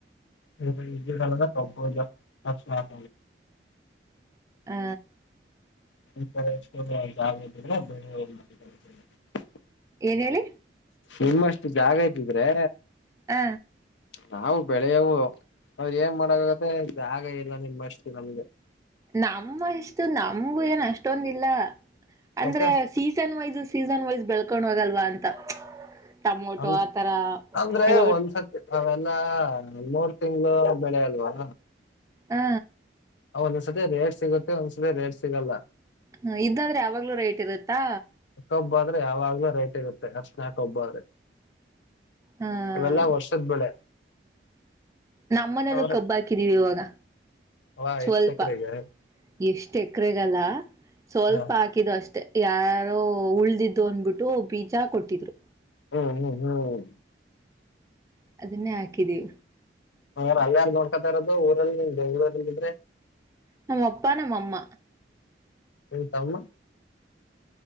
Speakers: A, on the left; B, on the right.
A: ಇಲ್ಲ ಕಂಪೋಸ್ ಮಾಡ
B: ಹ್ಮ
A: <unintelligible>
B: ಏನ್ ಹೇಳಿ
A: ನಿಮ್ಮಷ್ಟು ಜಾಗ ಇದ್ದಿದ್ರೆ
B: ಹ
A: ನಾವು ಬೆಳೆಯವು ಆದ್ರೆ ಏನು ಮಾಡಕ್ಕಾಗತ್ತೆ ಜಾಗ ಇಲ್ಲ ನಿಮ್ಮ ಅಷ್ಟು ನಮ್ಗೆ
B: ನಮ್ಮ ಇಷ್ಟು ನಮಗು ಏನ್ ಅಷ್ಟೊಂದಿಲ್ಲ ಅಂದ್ರೆ
A: ಮತ್ತೆ
B: ಸೀಸನ್ ವೈಸ್ ಸೀಸನ್ ವೈಸ್ ಬೆಳ್ಕೊಂಡ್ ಹೋಗಲ್ವಾ ಅಂತ ಟೊಮೊಟೊ
A: ನಮ್
B: ಆತರ
A: ಅಂದ್ರೆ
B: ಇವಾಗ
A: ಒಂದ್ಸತಿ ಅವೆಲ್ಲಾ ಮೂರ್ ತಿಂಗ್ಗಳು ಬೆಳೆ ಅಲ್ವಾ
B: ಹಾ
A: ಒಂದೊಂದ್ ಸತಿ ರೇಟ್ ಸಿಗುತ್ತೆ ಒಂದೊಂದ್ ಸತಿ ರೇಟ್ ಸಿಗಲ್ಲ
B: ಹ ಇದ್ದಂದ್ರೆ ಯಾವಾಗ್ಲೂ ರೇಟ್ ಇರುತ್ತಾ
A: ಕಬ್ಬು ಆದ್ರೆ ಯಾವಾಗ್ಲೂ ರೇಟ್ ಇರುತ್ತೆ ಅರಿಶಿಣ ಕಬ್ಬು ಆದ್ರೆ
B: ಹ
A: ಇವೆಲ್ಲಾ ವರ್ಷದ ಬೆಳೆ
B: ನಮ್ಮನೇಲ್ಲೂ
A: ಅವ್ರ
B: ಕಬ್ಬು ಹಾಕಿದೀವಿ ಇವಾಗ
A: ವಾ
B: ಸ್ವಲ್ಪ
A: ಎಷ್ಟ್ ಎಕರೆಗೆ
B: ಎಷ್ಟ್ ಎಕರೆಗಲ್ಲ ಸ್ವಲ್ಪ
A: ಹ
B: ಹಾಕಿದು ಅಷ್ಟೆ ಯಾರೋ ಉಳ್ದಿದ್ದು ಅನ್ಬಿಟ್ಟು ಬೀಜ ಕೊಟ್ಟಿದ್ರು
A: ಹ್ಮ್ ಹ್ಮ್ ಹ್ಮ್
B: ಅದುನ್ನೇ ಹಾಕಿದೀವಿ
A: ಹ ಅಲ್ಲಯಾರು ನೋಡ್ಕತಾ ಇರೋದು ಊರಲ್ಲಿ ಬೆಂಗಳೂರಲ್ಲಿ ಇದ್ರೆ
B: ನಮ್ಮ ಅಪ್ಪಾ ನಮ್ಮ ಅಮ್ಮ
A: ನಿನ್ ತಮ್ಮ